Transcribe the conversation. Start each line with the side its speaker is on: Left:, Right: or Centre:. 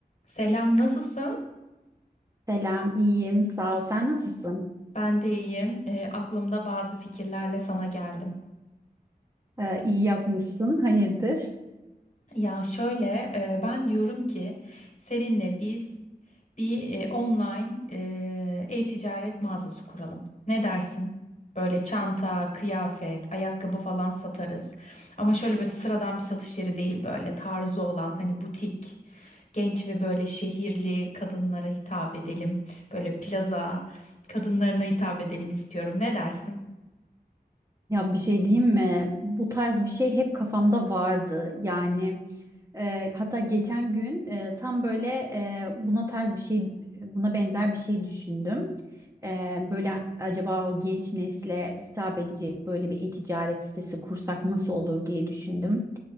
Left: Selam, nasılsın?
Right: Selam, iyiyim. Sağ ol. Sen nasılsın?
Left: Ben de iyiyim. E, aklımda bazı fikirlerle sana geldim.
Right: Ee, iyi yapmışsın. Hayırdır?
Left: Ya şöyle, e, ben diyorum ki seninle biz bir e, online e, e-ticaret mağazası kuralım. Ne dersin? Böyle çanta, kıyafet, ayakkabı falan satarız. Ama şöyle böyle sıradan bir satış yeri değil böyle tarzı olan hani butik, genç ve böyle şehirli kadınlara hitap edelim. Böyle plaza kadınlarına hitap edelim istiyorum. Ne dersin?
Right: Ya bir şey diyeyim mi? Bu tarz bir şey hep kafamda vardı. Yani e, hatta geçen gün e, tam böyle e, buna tarz bir şey, buna benzer bir şey düşündüm. Ee, böyle acaba o genç nesle hitap edecek böyle bir e-ticaret sitesi kursak nasıl olur diye düşündüm.